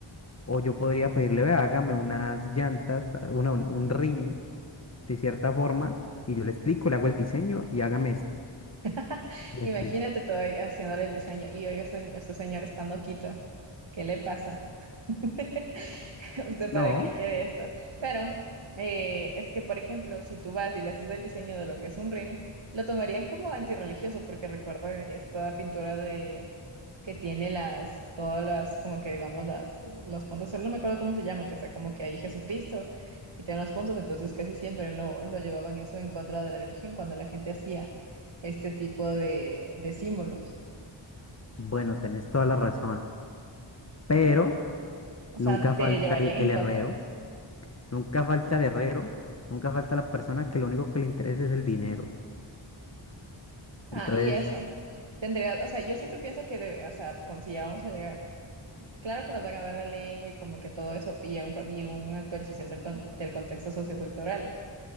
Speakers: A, on the left; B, on the right.
A: O yo podría pedirle, vea, hágame unas llantas, a- una, un un rin de cierta forma, y yo le explico, le hago el diseño y hágame esto.
B: <laughs>
A: Y
B: Imagínate
A: así.
B: todo ahí haciéndole el diseño y oiga, señor, este señor está noquito ¿Qué le pasa? <laughs> <laughs> ¿Usted
A: No,
B: para qué quiere esto? Pero eh, es que, por ejemplo, si tú vas y le haces el diseño de lo que es un ring, lo tomarían como antirreligioso, porque recuerda esta pintura de que tiene las, todas las, como que digamos, las, los puntos, solo no me acuerdo cómo se llama, que está como que ahí Jesucristo y tiene los puntos, entonces casi siempre lo, lo llevaban eso en contra de la religión cuando la gente hacía este tipo de, de símbolos.
A: bueno, tenés toda la razón. Pero
B: O
A: nunca
B: sea, te
A: falta
B: llevarían
A: el, el
B: en contra.
A: herrero, nunca falta el herrero, nunca falta la persona que lo único que le interesa es el dinero.
B: Ah,
A: Entonces,
B: y eso. Tendría, o sea, yo siempre pienso que, debe- o sea, como si ya vamos a llegar, claro que nos van a dar la lengua y como que todo eso y, un con- y una actualización del, con- del contexto sociocultural,